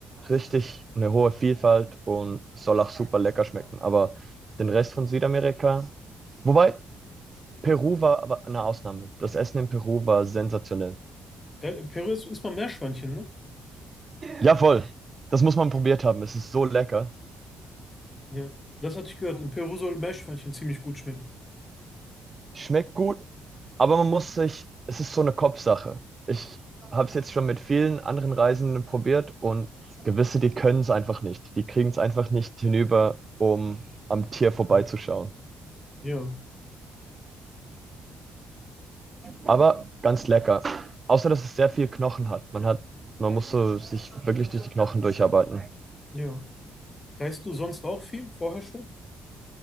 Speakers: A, on the right; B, on the left.
A: richtig eine hohe Vielfalt und soll auch super lecker schmecken. Aber den Rest von Südamerika. Wobei, Peru war aber eine Ausnahme. Das Essen in Peru war sensationell.
B: Ja, in Peru ist- isst man Meerschweinchen, ne?
A: Ja, voll. Das muss man probiert haben. Es ist so lecker.
B: Ja, das hatte ich gehört. In Peru soll Meerschweinchen ziemlich gut schmecken.
A: Schmeckt gut, aber man muss sich, es ist so eine Kopfsache. Ich habe es jetzt schon mit vielen anderen Reisenden probiert und gewisse, die können es einfach nicht. Die kriegen es einfach nicht hinüber, um am Tier vorbeizuschauen.
B: Ja,
A: Aber ganz lecker. Außer, dass es sehr viel Knochen hat. Man hat, man muss so sich wirklich durch die Knochen durcharbeiten.
B: ja. Reist du sonst auch viel? Vorher schon?